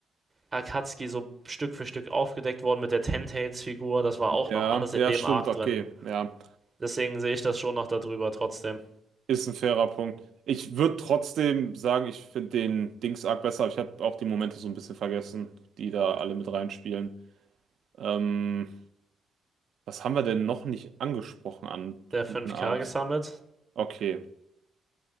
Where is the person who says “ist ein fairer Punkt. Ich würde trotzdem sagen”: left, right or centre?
Right